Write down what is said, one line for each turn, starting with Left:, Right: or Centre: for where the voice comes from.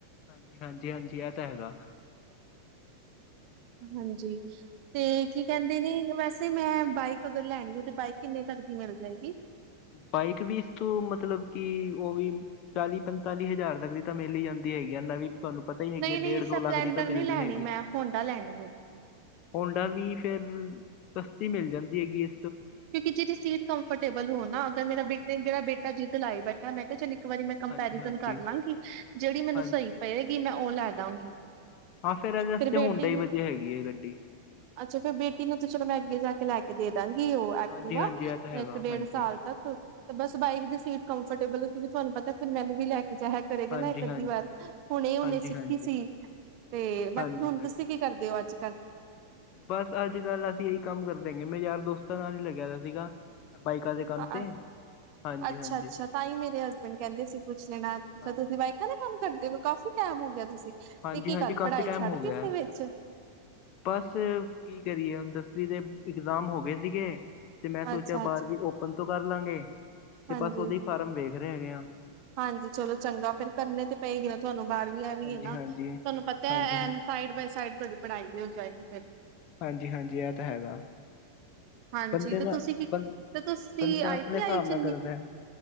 Left: ਹਾਂਜੀ-ਹਾਂਜੀ-ਹਾਂਜੀ ਐ ਤਾਂ ਹੈਗਾ।
Right: ਹਾਂਜੀ, ਤੇ ਕੀ ਕਹਿੰਦੇ ਨੇ? ਵੈਸੇ ਮੈਂ ਬਾਈਕ ਅਗਰ ਲੈਣੀ ਆ ਤੇ ਬਾਈਕ ਕਿੰਨੇ ਤ ਤਕ ਦੀ ਮਿਲ ਜਾਏਗੀ?
Left: ਬਾਈਕ ਵੀ ਇਸ ਤੋਂ ਮਤਲਬ ਕਿ ਉਹ ਵੀ ਚਾਲੀ ਪੰਤਾਲੀ ਹਜ਼ਾਰ ਤੱਕ ਦੀ ਤਾਂ ਮਿਲੀ ਜਾਂਦੀ ਹੈਗੀ ਆ ਨਵੀਂ। ਤੁਹਾਨੂੰ ਪਤਾ ਈ ਹੈਗੀ
Right: ਨਹੀਂ-ਨਹੀਂ
Left: ਏ, ਡੇਢ
Right: ਸਪਲੈਂਡਰ
Left: ਦੋ ਲੱਖ ਦੀ ਤਾਂ ਮਿਲਦੀ
Right: ਨਹੀਂ ਲੈਣੀ
Left: ਹੈਗੀ।
Right: ਮੈਂ ਹੋਂਡਾ ਲੈਣੀ ਹੈ।
Left: ਹੋਂਡਾ ਵੀ ਫੇਰ, ਸਸਤੀ ਮਿਲ ਜਾਂਦੀ ਹੈਗੀ ਏ।
Right: ਕਿਉਂਕਿ ਜਿਹਦੀ ਸੀਟ ਕੰਫਰਟੇਬਲ ਹੋ ਨਾ ਅਗਰ, ਮੇਰਾ ਬੇੇਟੇ, ਮੇਰਾ ਬੇਟਾ ਜਿੱਦ ਲਾਈ ਬੈਠਾ, ਮੈਂ ਕਿਹਾ ਚਲ ਇੱਕ ਵਾਰੀ ਮੈਂ ਕੰਪੈਰੀਜ਼ਨ
Left: ਹਾਂਜੀ ਹਾਂਜੀ
Right: ਕਰ ਲਾਂਗੀ, ਜਿਹੜੀ ਮੈਨੂੰ
Left: ਹਾਂਜੀ
Right: ਸਈ ਪਏਗੀ, ਮੈਂ ਉਹ ਲੈ ਦਾਂਗੀ।
Left: ਹਾਂ ਫੇਰ ਇਹਦੇ ਆਸਤੇ,
Right: ਫਿਰ ਬੇਟੀ
Left: ਹੋਂਡਾ ਹੀ
Right: ਨੂੰ
Left: ਵਧੀਆ ਹੈਗੀ ਏ ਗੱਡੀ।
Right: ਅੱਛਾ ਫੇਰ ਬੇਟੀ ਨੂੰ ਤੇ ਚਲੋ
Left: ਹਾਂਜੀ
Right: ਮੈਂ ਅੱਗੇ ਜਾ ਕੇ ਲੈ ਕੇ ਦੇ ਦਾਂਗੀ। ਉਹ ਐਕਟੀਵਾ
Left: ਹਾਂਜੀ ਹਾਂਜੀ ਇਹ ਤਾਂ ਹੈਗਾ
Right: ਇੱਕ ਡੇਢ
Left: ਹਾਂਜੀ
Right: ਸਾਲ ਤੱਕ, ਤੇ ਬਸ
Left: ਹਾਂਜੀ
Right: ਬਾਈਕ ਦੀ
Left: ਹਾਂਜੀ
Right: ਸੀਟ ਕੰਫਰਟੇਬਲ ਏ, ਕਿਉਂਕਿ ਤੁਹਾਨੂੰ ਪਤਾ ਤਾਂ ਫਿਰ ਮੈਨੂੰ ਵੀ ਲੈ ਕੇ ਜਾਇਆ ਕਰੇਗਾ
Left: ਹਾਂਜੀ
Right: ਨਾ ਇੱਕ ਅੱਧੀ
Left: ਹਾਂਜੀ
Right: ਵਾਰ, ਹੁਣੇ ਉਹਨੇ
Left: ਹਾਂਜੀ
Right: ਸਿੱਖੀ
Left: ਹਾਂਜੀ
Right: ਸੀ। ਤੇ ਬਾਕੀ
Left: ਹਾਂਜੀ
Right: ਹੁਣ
Left: ਹਾਂਜੀ
Right: ਤੁਸੀਂ ਕੀ ਕਰਦੇ ਹੋ ਅੱਜ ਕੱਲ?
Left: ਬਸ ਅੱਜ ਕੱਲ੍ਹ ਅਸੀਂ ਇਹੀ ਕੰਮ ਕਰਦੇ ਹੈਗੇ। ਮੈਂ ਯਾਰ ਦੋਸਤਾਂ ਨਾਲ ਈ ਲੱਗਿਆ ਦਾ ਸੀਗਾ। ਬਾਈਕਾਂ ਦੇ ਕੰਮ
Right: ਅ-ਅ,
Left: ਤੇ ਹਾਂਜੀ
Right: ਅੱਛਾ-ਅੱਛਾ
Left: ਹਾਂਜੀ
Right: ਤਾਂ ਈ ਮੇਰੇ ਹਸਬੈਂਡ ਕਹਿੰਦੇ ਸੀ ਪੁੱਛ ਲੈਣਾ। ਅੱਛਾ
Left: ਹਾਂਜੀ
Right: ਤੁਸੀਂ ਬਾਈਕਾਂ ਦਾ ਕੰਮ ਕਰਦੇ ਹੋ? ਕਾਫੀ ਟਾਈਮ ਹੋ ਗਿਆ ਤੁਸੀਂ
Left: ਹਾਂਜੀ-ਹਾਂਜੀ
Right: ਤੇ ਕੀ ਗੱਲ
Left: ਕਾਫ਼ੀ
Right: ਪੜ੍ਹਾਈ
Left: ਟਾਈਮ
Right: ਛੱਡਤੀ
Left: ਹੋ ਗਿਆ
Right: ਸੀ
Left: ਐ,
Right: ਵਿੱਚ
Left: ਬਸ ਕੀ ਕਰੀਏ ਹੁਣ ਦੱਸ ਦਸਵੀ ਦੇ ਇਗਜ਼ਾਮ ਹੋ ਗਏ ਸੀਗੇ। ਤੇ ਮੈਂ ਸੋਚਿਆ
Right: ਅੱਛਾ-ਅੱਛਾ
Left: ਬਾਰਵੀਂ ਓਪਨ ਤੋਂ ਕਰ ਲਾਂਗੇ। ਤੇ
Right: ਹਾਂਜੀ।
Left: ਬਸ ਉਹਦੇ ਹੀ ਫਾਰਮ ਵੇਖ ਰਹੇ ਹੈਗੇ ਆ।
Right: ਹਾਂਜੀ ਚਲੋ ਚੰਗਾ,
Left: ਹਾਂਜੀ,
Right: ਫੇਰ ਕਰਨੇ ਤੇ ਪਏਗੀ ਨਾ ਤੁਹਾਨੂੰ ਬਾਰਵੀ, ਆ
Left: ਹਾਂਜੀ-ਹਾਂਜੀ,
Right: ਵੀ ਏ ਨਾ। ਤੁਹਾਨੂੰ
Left: ਹਾਂਜੀ
Right: ਪਤਾ ਐ,
Left: ਹਾਂਜੀ ਹਾਂ,
Right: ਐਨ ਸਾਈਡ ਬਾਏ ਸਾਈਡ, ਤੁਹਾਡੀ ਪੜ੍ਹਾਈ ਵੀ ਹੋ ਜਾਏਗੀ ਫਿਰ।
Left: ਹਾਂਜੀ-ਹਾਂਜੀ ਇਹ ਤਾਂ ਹੈਗਾ।
Right: ਹਾਂਜੀ
Left: ਬੰਦੇ
Right: ਤੇ
Left: ਦਾ
Right: ਤੁਸੀਂ ਕੀ,
Left: ਬੰ
Right: ਤੇ ਤੁਸੀਂ
Left: ਬੰਦਾ
Right: ਆਈ
Left: ਆਪਣੇ
Right: ਟੀ
Left: ਹਿਸਾਬ
Right: ਆਈ ਚ
Left: ਨਾਲ ਕਰਦਾ ਹੈਗਾ।